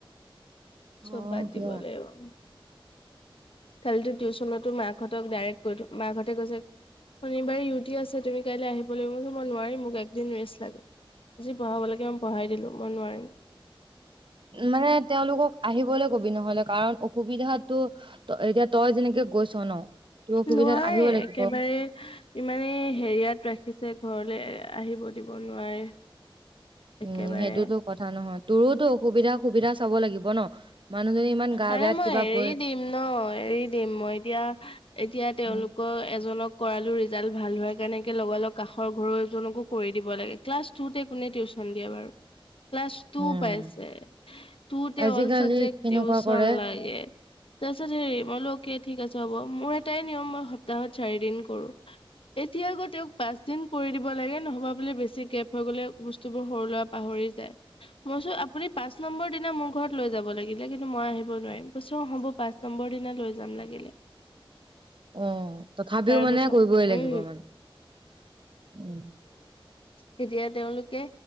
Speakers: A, on the right; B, on the left.
A: হয়
B: চব বাদ
A: দিয়া
B: দিব লে আৰু। কালিতো টিউচনতো মাকহঁতক ডাইৰেক্ট কৈ দি মাকঁহতে কৈছে, শনিবাৰে ইউটি আছে তুমি কাইলৈ আহিব লাগিব মই নোৱাৰিম মোক একদিন ৰেষ্ট লাগে যি পঢ়াব লাগে মই পঢ়াই দিলোঁ মই নোৱাৰিম।
A: মানে তেওঁলোকক আহিবলৈ কবি নহলে কাৰণ অসুবিধাতো এতিয়া তই যেনেকে গৈছ ন তোৰ অসুবিধাত
B: নোৱাৰে
A: আহিব
B: একেবাৰে
A: লাগিব
B: ইমানে হেৰিয়াত ৰাখিছে। ঘৰলৈ আহিব দিব নোৱাৰে। একেবাৰে।
A: উম সেইটোতো কথা নহয়, তোৰোতো অসুবিধা সুবিধা চাব লাগিব ন মানুহজনী ইমান গা
B: আৰে
A: বেয়াত
B: মই
A: কিবা
B: এৰি
A: গৈ
B: দিম ন এৰি দিম মই এতিয়া, এতিয়া তেওঁলোকৰ
A: উম,
B: এজনক কৰালো ৰিজাল্ট ভাল হোৱাৰ কাৰণে লগ লগ কাষৰ ঘৰজনকো কৰি দিব লাগে ক্লাছ টুতে কোনে টিউচন দিয়ে বাৰু। ক্লাছ টু
A: উম,
B: পাইছে, টুতে
A: আজিকালি
B: অল চাবজেক্ট
A: কেনেকুৱা
B: টিউচন
A: কৰে
B: লাগে। তাৰ পিছত হেৰি মইলোকে ঠিক আছে হ'ব মোৰ এটাই নিয়ম মই সপ্তাহত চাৰি দিন কৰো এতিয়া আকৌ তেওঁক পাঁচ দিন কৰি দিব লাগে নহবা বুলি বেছি গেপ হৈ গলে বস্তুবোৰ সৰু লৰা পাহৰি যায় মইছো আপুনি পাঁচ নম্বৰ দিনা মোৰ ঘৰত লৈ যাব লাগিব। কিন্তু মই আহিব নোৱাৰিম কৈছো অ হ'ব পাঁচ নম্বৰ দিনা লৈ যাম লাগিলে।
A: অ, তথাপিও
B: তাৰপিছত
A: মানে কৰিবই লাগিব
B: উম
A: মানে, উম।
B: তেতিয়া তেওঁলোকে